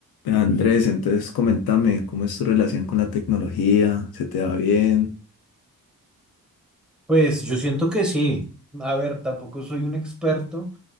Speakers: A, on the left; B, in the centre.
A: Ve, Andrés, entonces coméntame cómo es tu relación con la tecnología, ¿se te va bien?
B: Pues yo siento que sí. A ver, tampoco soy un experto,